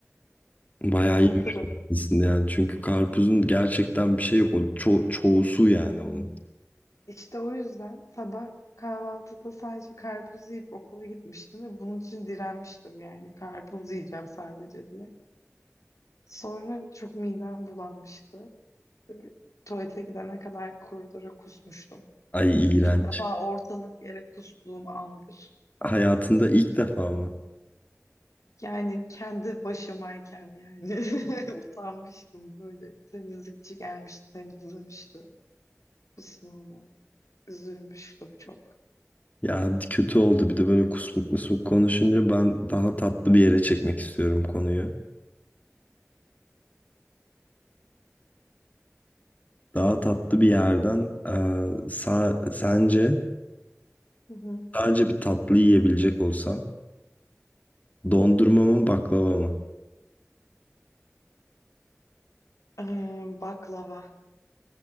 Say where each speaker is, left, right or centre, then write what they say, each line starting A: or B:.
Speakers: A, on the left; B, on the left.
A: Bayağı
B: anlatırım.
A: yemiş olmalısın yani. Çünkü karpuzun gerçekten bir şey yok. O ço çoğu su yani onun.
B: İşte o yüzden sabah kahvaltıda sadece karpuz yiyip okula gitmiştim ve bunun için direnmiştim yani karpuz yiyeceğim sadece diye. Sonra çok midem bulanmıştı. Ee, Tuvalete gidene kadar koridora kusmuştum.
A: Ay iğrenç.
B: İlk defa ortalık yere kustuğum andır.
A: Hayatında ilk defa mı?
B: Yani kendi başımayken yani <laughs> utanmıştım böyle. Temizlikçi gelmişti temizlemişti kusmuğumu. Üzülmüştüm çok.
A: Ya kötü oldu bir de böyle kusmuk kusmuk konuşunca ben daha tatlı bir yere çekmek istiyorum konuyu. Daha tatlı bir yerden eee, sa sence
B: Hı hı.
A: sadece bir tatlı yiyebilecek olsan dondurma mı baklava mı?
B: Ee, baklava.